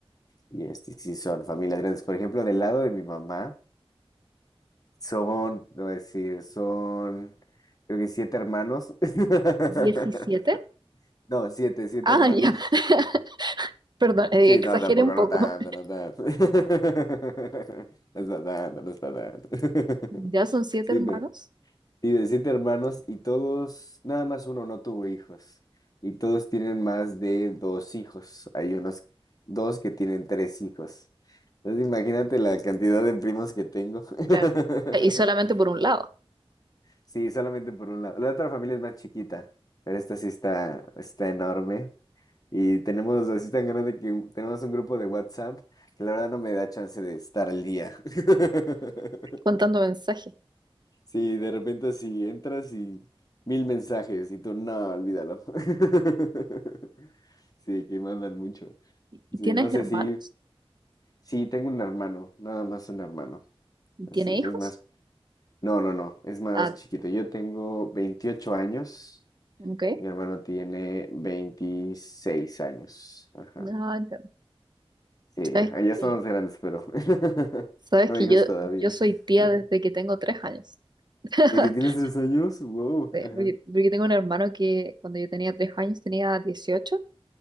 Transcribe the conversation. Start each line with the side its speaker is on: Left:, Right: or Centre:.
Left: Y este, sí, son familias grandes. Por ejemplo, del lado de mi mamá, son, no voy a decir, son, creo que siete hermanos. <laughs>
Right: ¿17?
Left: No, siete, siete
Right: Ah,
Left: hermanos.
Right: ya, <laughs> perdón, eh,
Left: Sí,
Right: exageré
Left: no, tampoco,
Right: un poco.
Left: no tanto, no tanto. <laughs> No está tanto, no está tanto.
Right: Ya
Left: <laughs>
Right: son siete
Left: Sí,
Right: hermanos,
Left: pero. Y de siete hermanos y todos, nada más uno no tuvo hijos. Y todos tienen más de dos hijos. Hay unos dos que tienen tres hijos. Entonces imagínate la cantidad de primos que tengo.
Right: claro,
Left: <laughs>
Right: Eh, y solamente por un lado,
Left: Sí, solamente por un lado. La otra familia es más chiquita, pero esta sí está, está enorme. Y tenemos así tan grande que un- tenemos un grupo de WhatsApp que la verdad no me da chance de estar al día. <laughs>
Right: contando mensajes.
Left: Sí, de repente así entras y mil mensajes y tú, no, olvídalo. <laughs> Sí, que mandan mucho.
Right: ¿Y
Left: Sí,
Right: tienes
Left: no sé
Right: hermanos?
Left: si, sí, tengo un hermano, nada más un hermano.
Right: ¿Y tiene
Left: Así es,
Right: hijos?
Left: es más, no, no, no, es más
Right: Ah,
Left: chiquito. Yo tengo 28 años
Right: ok.
Left: y mi hermano tiene 26 años. Ajá.
Right: Ah, entiendo.
Left: Sí,
Right: ¿Sabes
Left: ya, ah, ya estamos
Right: que,
Left: grandes, pero <laughs>
Right: sabes
Left: no
Right: que
Left: hijos
Right: yo,
Left: todavía.
Right: yo soy tía
Left: Ajá.
Right: desde que tengo tres años? <laughs>
Left: ¿De que tienes tres años? Wow.
Right: Sí,
Left: Ajá.
Right: Porque, porque tengo un hermano que cuando yo tenía tres años tenía 18